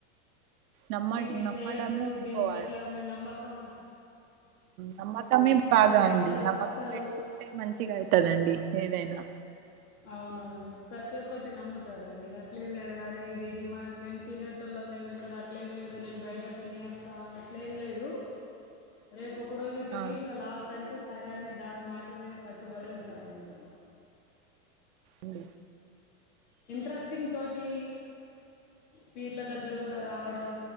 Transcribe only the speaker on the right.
నమ్మ
నమ్మడమే
ఎక్కువ
నమ్మకమే బాగ
అండి నమ్మకం
పెట్టుకుంటే మం మంచిగా అయీతదండి ఏదైనా
ఆహా
ఉ